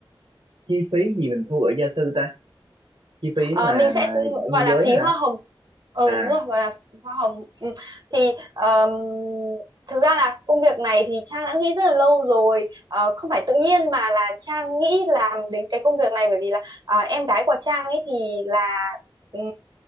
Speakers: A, on the right; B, on the right.
A: chi phí gì mình thu ở gia sư ta chi
B: Ờ,
A: phí mà
B: mình sẽ
A: mà môi
B: gọi là
A: giới
B: phí
A: hả
B: hoa hồng ờ
A: à
B: đúng rồi gọi là hoa hồng ừ. thì ờm, thực ra là công việc này thì Trang đã nghĩ rất là lâu rồi Ờ, không phải tự nhiên mà là Trang nghĩ làm đến cái công việc này bởi vì là à, em gái của Trang ấy thì là ừm,